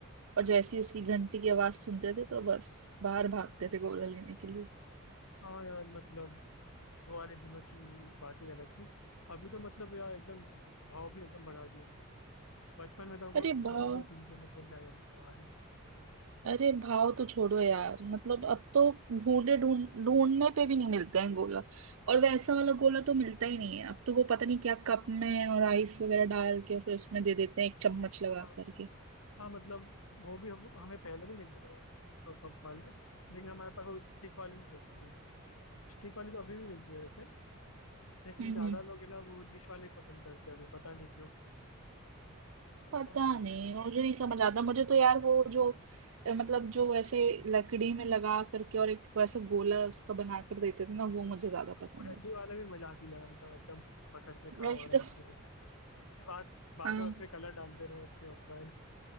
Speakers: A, on the right; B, on the left.
A: और जैसे ही उसकी घंटी की आवाज सुनते थे तो बस बाहर भागते थे गोला लेने के लिए
B: हाँ यार मतलब वो वाले दिनों की बातें अलग थी अभी तो मतलब यार एकदम भाव भी एकदम बढ़ा दिए हमने। बचपन में तो हमको
A: अरे
B: दो
A: वाह
B: दो तीन तीन रुपए के आ जाते थे हमारे
A: अरे भाव तो छोड़ो यार मतलब अब तो ढूंढे ढूंढ ढूंढने पे भी नहीं मिलते हैं गोला और वैसा वाला गोला तो मिलता ही नहीं है अब तो वो पता नहीं क्या कप में और आइस वगैरह डाल के फिर उसमें दे देते हैं एक चम्मच लगा
B: हाँ
A: करके
B: हाँ मतलब वो भी हम, हमें पहले भी मिलते थे वो क- कप वाले लेकिन हमारे पास वो स्टिक वाली भी मिलती थी स्टिक वाली तो अभी भी मिलती है वैसे लेकिन
A: हम्म
B: ज्यादा
A: हम्म
B: लोग है ना वो डिश वाले ही पसंद करते हैं अभी पता नहीं क्यों
A: पता नहीं मुझे नहीं समझ आता मुझे तो यार वो जो अ, मतलब जो ऐसे लकड़ी में लगा करके और एक वैसा गोला उसका बना कर देते थे ना वो मुझे ज्यादा पसंद
B: और हल्दी वाला भी मजा आती है यार मतलब एकदम पकड़ के खाओ
A: है वही
B: आराम
A: तो
B: से बार बार
A: हाँ
B: बार उसमें कलर डालते रहो उसके ऊपर